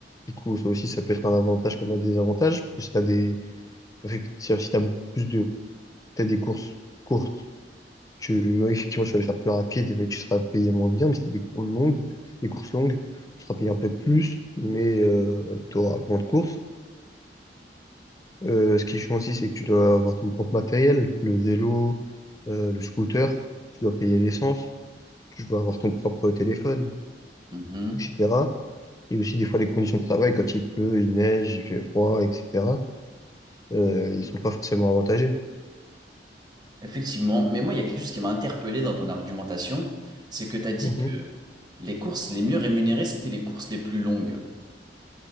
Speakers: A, on the left; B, on the right.
A: Du coup, ça aussi, ça peut être un avantage comme un désavantage, parce que si t'as des, effectivement, si t'as plus de, t'as des courses courtes, tu, euh, effectivement, tu vas les faire plus rapide, mais tu seras payé moins bien, mais si t'as des courses longues, des courses longues, tu seras payé un peu plus, mais euh, tu auras moins de courses. Euh, ce qui est chiant aussi, c'est que tu dois avoir ton propre matériel, le vélo, euh, le scooter, tu dois payer l'essence, tu dois avoir ton propre téléphone,
B: Mhm.
A: etc. Et aussi des fois les conditions de travail, quand il pleut, il neige, il fait froid, etc. Euh, ils sont pas forcément avantagés.
B: Effectivement, mais moi, il y a quelque chose qui m'a interpellé dans ton argumentation, c'est que tu as dit
A: Mhm.
B: que les courses les mieux rémunérées, c'était les courses les plus longues.